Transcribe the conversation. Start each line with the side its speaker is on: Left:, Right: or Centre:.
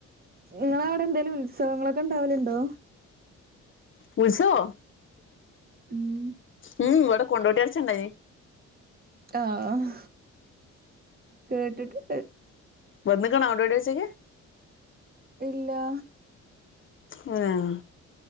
Right: ഇങ്ങളവിടെ എന്തേലും ഉത്സവങ്ങളൊക്കെ ഇണ്ടാവല്ണ്ടോ?
Left: ഉത്സവോ?
Right: ഉം.
Left: ഉം ഉം ഇവടെ കൊണ്ടോട്ടി നേർച്ച ണ്ടായിനി.
Right: ആഹ്. കേട്ടിട്ട്ണ്ട്.
Left: വന്ന്ക്ണൊ കൊണ്ടോട്ടി നേർച്ചക്ക്?
Right: ഇല്ലാ.
Left: അന്നെ